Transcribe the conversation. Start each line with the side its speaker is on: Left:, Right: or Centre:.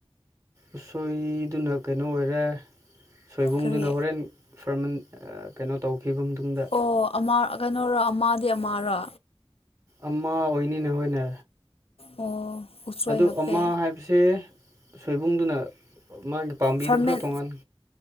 Right: ꯎꯁꯣꯏꯗꯨꯅ ꯀꯩꯅꯣ ꯑꯣꯏꯔꯦ ꯁꯣꯏꯕꯨꯡꯗꯨꯅ
Left: ꯀꯔꯤ
Right: ꯍꯣꯔꯦꯟ ꯐꯔꯃꯟ ꯀꯩꯅꯣ ꯇꯧꯈꯤꯕ ꯃꯇꯨꯡꯗ
Left: ꯑꯣ ꯑꯃ ꯀꯩꯅꯣꯔ ꯑꯃꯗꯤ ꯑꯃꯔꯣ
Right: ꯑꯃ ꯑꯣꯏꯅꯤꯅꯦ ꯍꯣꯏꯅ
Left: ꯑꯣ ꯎꯁꯣꯏ
Right: ꯑꯗꯣ
Left: ꯍꯥꯞꯄꯦ
Right: ꯑꯃꯥ ꯍꯥꯏꯕꯁꯦ ꯁꯣꯏꯕꯨꯡꯗꯨꯅ ꯃꯥꯒꯤ ꯄꯥꯝꯕꯤꯗꯨ
Left: ꯐꯥꯔꯃꯦꯟ
Right: ꯈꯔ ꯇꯣꯉꯥꯟꯅ